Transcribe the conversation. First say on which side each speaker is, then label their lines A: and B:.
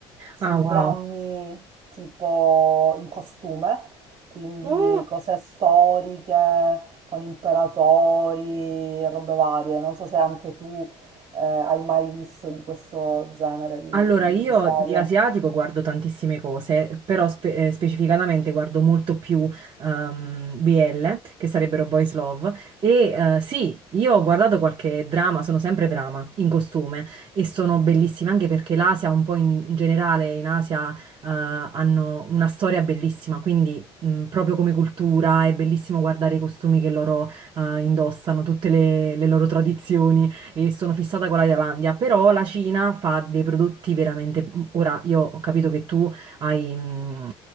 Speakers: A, on the right (about 60°); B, on the right (about 40°).
A: sui
B: Ah, wow.
A: drammi tipo in costume, quindi
B: Oh,
A: cose storiche con imperatori e robe varie. Non so se anche tu eh, hai mai visto di questo genere di,
B: Allora, io
A: di serie.
B: di asiatico guardo tantissime cose, però spe- eh, specificatamente guardo molto più ehm, BL, che sarebbero Boys Love. E eh, sì, io ho guardato qualche drama, sono sempre drama, in costume, e sono bellissime anche perché l'Asia, un po' in in generale, in Asia eh, hanno una storia bellissima, quindi mh, proprio come cultura è bellissimo guardare i costumi che loro eh, indossano, tutte le le loro tradizioni. e sono fissata con la Thailandia, però la Cina fa dei prodotti veramente... Ora, io ho capito che tu hai mh,